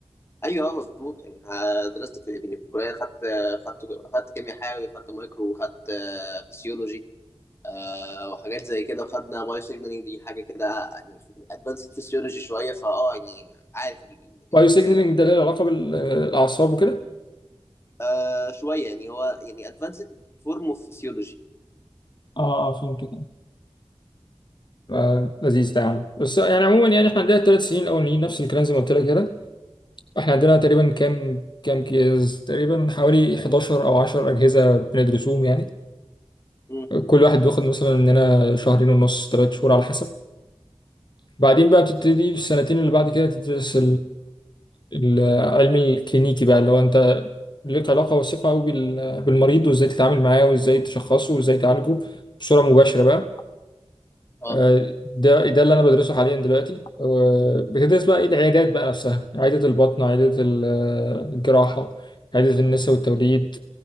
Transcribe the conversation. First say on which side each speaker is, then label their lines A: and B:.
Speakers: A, on the left; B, on the left.
A: ايوه اه مظبوط يعني آه، درست في يعني في الكليه خدت خدت خدت كيمياء حيوي خدت مايكرو وخدت آه، فسيولوجي آه، وحاجات زي كده وخدنا بايو سيجنالينج دي حاجه كده يعني ادفانسد فسيولوجي شويه فاه يعني عارف ال- اللي
B: وايو
A: انت بتتكلم
B: سيجنالينج
A: فيه
B: ده له علاقه بالاعصاب وكده
A: آه شويه يعني هو يعني ادفانسد فورم اوف فسيولوجي
B: اه اه فهمت كده آه، لذيذ ده يا عم بس يعني عموما يعني احنا عندنا الثلاث سنين الاولانيين نفس الكلام زي ما قلت لك كده احنا عندنا تقريبا كام كام كيس تقريبا حوالي 11 او 10 اجهزه بندرسوهم يعني
A: امم
B: كل واحد بياخد مثلا مننا شهرين ونص ثلاث شهور على حسب بعدين بقى بتبتدي في السنتين اللي بعد كده تدرس العلم الكلينيكي بقى اللي هو انت ليك علاقة وثيقة قوي بالمريض وازاي تتعامل معاه وازاي تشخصه وازاي تعالجه بصورة مباشرة بقى
A: اه
B: آه، ده ده اللي انا بدرسه حاليا دلوقتي آه، بتدرس بقى ايه العيادات بقى نفسها عيادة البطن عيادة ال- آه، الجراحة عيادة النساء والتوليد